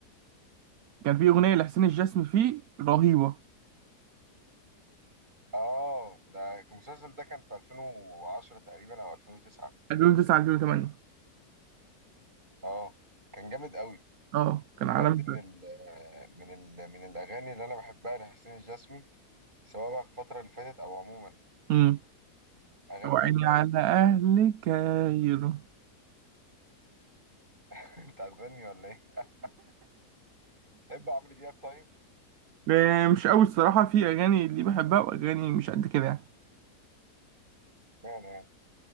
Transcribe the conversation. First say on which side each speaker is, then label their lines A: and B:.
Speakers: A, on the right (about 70°); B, on the right (about 30°).
A: كان في اغنيه لحسين الجسمي فيه رهيبه
B: اه ده كان- المسلسل ده كان في 2010 تقريبا او 2009
A: 2009 2008
B: اه كان جامد قوي
A: اه
B: بجد
A: كان عالمي
B: من ال من ال من الاغاني اللي انا بحبها لحسين الجسمي سواء بقى في الفتره اللي فاتت او عموما
A: امم
B: اغاني
A: وعيني
B: جامده
A: على
B: قوي
A: اهل كايرو
B: <laughs> انت هتغني ولا ايه <laughs> تحب عمرو دياب طيب
A: آه، مش قوي الصراحه في اغاني اللي بحبها واغاني مش قد كده يعني
B: يعني يعني